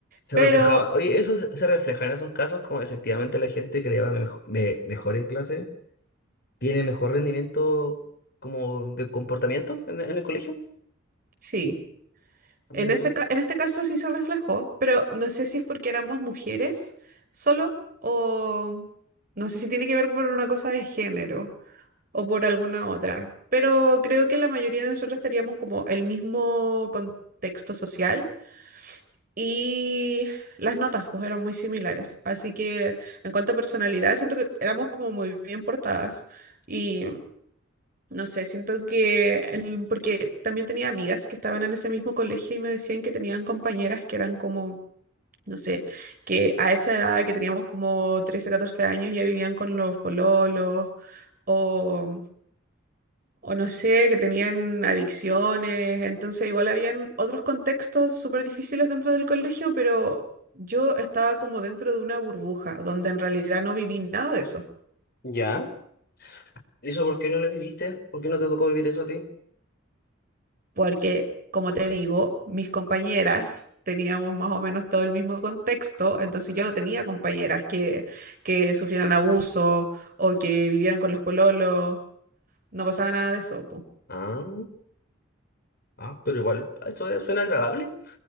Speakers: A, on the left; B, on the right.
A: Se
B: Pero
A: reflejaba, oye, eso se se refleja en esos casos como efectivamente la gente que le va mejo- me- mejor en clase tiene mejor rendimiento como de comportamiento en en el colegio.
B: sí, en
A: Mira
B: ese,
A: tú.
B: ca- en este caso sí se reflejó, pero no sé si es porque éramos mujeres solo o no sé si tiene que ver por una cosa de género o por alguna otra. Pero creo que la mayoría de nosotros teníamos como el mismo contexto social y las notas pues eran muy similares. Así que en cuanto a personalidad, siento que éramos como muy bien portadas. y No sé, siento que, el- porque también tenía amigas que estaban en ese mismo colegio y me decían que tenían compañeras que eran como, no sé, que a esa edad que teníamos como 13 14 años ya vivían con los pololos o, o no sé, que tenían adicciones. Entonces igual habían otros contextos súper difíciles dentro del colegio, pero yo estaba como dentro de una burbuja donde en realidad no viví nada de eso.
A: ¿Ya? ¿Y eso por qué no lo viviste? ¿Por qué no te tocó vivir eso a ti?
B: porque, como te digo, mis compañeras teníamos más o menos todo el mismo contexto, entonces yo no tenía compañeras que, que sufrieran abuso o que vivieran con los pololos, no pasaba nada de eso, po.
A: Ah, ah, pero igual, esto es- suena agradable.